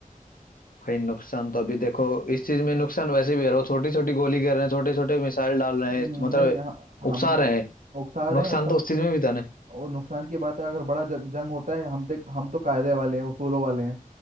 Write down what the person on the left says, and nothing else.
भाई नुकसान तो अभी देखो इस चीज में नुकसान वैसे भी है वो छोटी छोटी गोली कर रहे हैं छोटे छोटे मिसाइल डाल रहे
हैं मतलब
उकसा रहे हैं
नुकसान
तो उस चीज में भी था ना